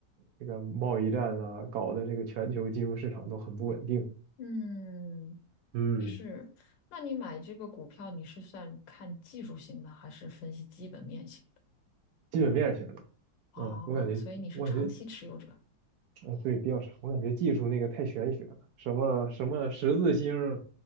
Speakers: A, on the right; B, on the left.
A: 这个贸易战啊搞的这个全球金融市场都很不稳定，
B: 嗯，
A: 嗯，
B: 是。那你买这个股票，你是算看技术型的，还是分析基本面型的？
A: 基本面儿型的。
B: 哦，
A: 啊，我感觉，
B: 所以你是长期持有者。
A: 我感觉啊，对，比较长，我感觉技术那个太玄学了，什么什么十字星，